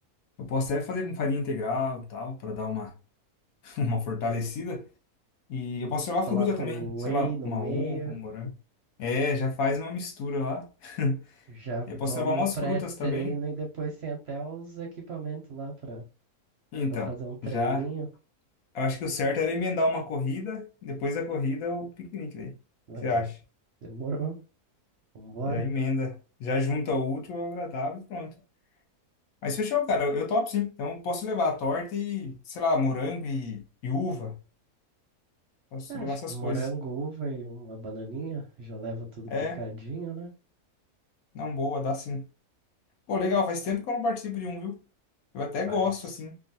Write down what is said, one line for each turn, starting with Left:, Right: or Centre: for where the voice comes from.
Left: Eu posso até fazer com farinha integral e tal, para dar uma, <laughs> uma fortalecida. E eu posso levar
Right: coloca
Left: fruta também,
Right: um
Left: sei
Right: whey
Left: lá,
Right: no
Left: uma
Right: meio,
Left: uva, um morango. É, já faz uma mistura lá. <laughs>
Right: já
Left: Aí Eu posso
Right: toma
Left: levar umas
Right: um pré-treino
Left: frutas também.
Right: e depois tem até os equipamentos lá pra
Left: Então,
Right: Pra fazer um treininho.
Left: já. Eu acho que o certo era emendar uma corrida, depois da corrida o piquenique daí. O
Right: Aí,
Left: que você acha?
Right: ó. Demorou. Vambora.
Left: Já emenda. Já junta o útil ao agradável e pronto. Mas fechou, cara. Eu eu topo sim. Então eu posso levar a torta e, sei lá, morango e, e uva. Posso
Right: É, acho
Left: levar essas
Right: que morango,
Left: coisas.
Right: uva e uma bananinha. Já leva tudo
Left: É,
Right: picadinho, né?
Left: não, boa, dá sim. Pô, legal, faz tempo que eu não participo de um, viu? Eu até
Right: Mas
Left: gosto, assim.